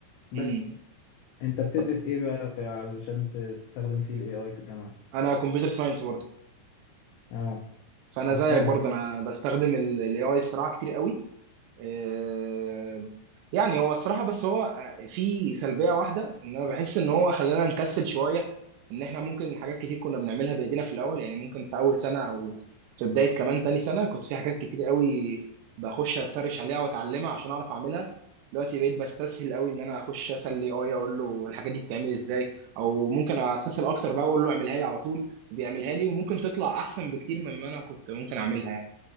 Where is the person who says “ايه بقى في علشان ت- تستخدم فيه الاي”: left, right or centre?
Left